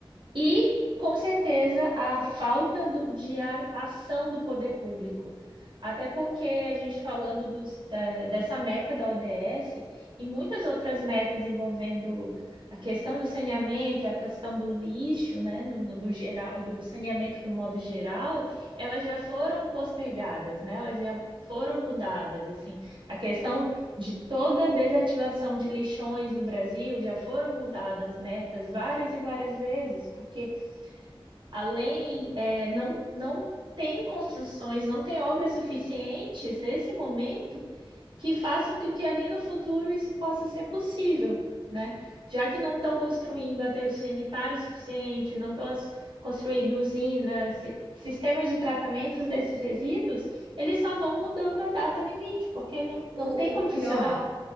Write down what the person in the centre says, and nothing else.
O,
o pior.